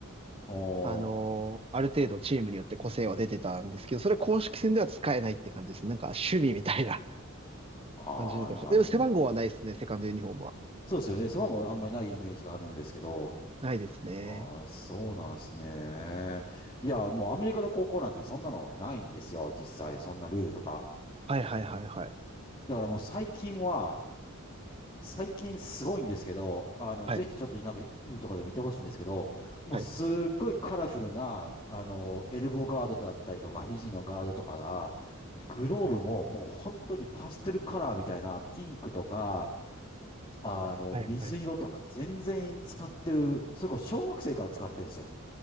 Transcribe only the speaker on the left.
おー。
ああ、
なるほど。
そうですよね。背番号あんまりないイメージがあるんですけど。
ああ、そうなんですね。いや、もうアメリカの高校なんてそんなのないんですよ。実際、そんなルールとか。
だからもう最近は、最近すごいんですけど、あの、
ぜひちょっとなんか YouTube とかで見てほしいんですけど、もうすっごいカラフルな、
あの、エルボーガードだったりとか、肘のガードとかが、グローブももう本当にパステルカラーみたいな、ピンクとか、あの、
水色とか全然使ってる、
それこそ小学生から使ってるんですよ。